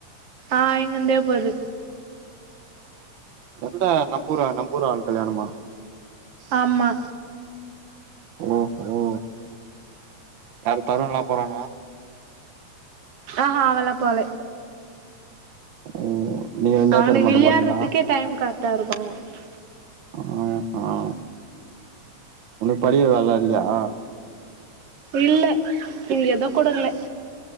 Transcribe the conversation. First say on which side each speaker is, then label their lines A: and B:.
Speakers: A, on the right; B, on the right.
A: ஆ இங்கந்தே போது
B: எந்த நம்ப ஊரா நம்ப ஊரு ஆள் கல்யாணமா
A: ஆமா
B: ஓஹோ யாரு தருண்லா போறானா
A: ஆஹ அவன்லா போல
B: ஓ நீங்க ரெண்டே
A: அவனுக்கு
B: பேரு மட்டு
A: விளையாடுறதுக்கே
B: போறீங்ளா
A: டைம் கரெக்டா இருக்கு
B: ஆஹ ஒனக்கு படிக்கிற வேலலா இல்லயா
A: இல்ல இன்னிக்கு ஏது குடுக்குல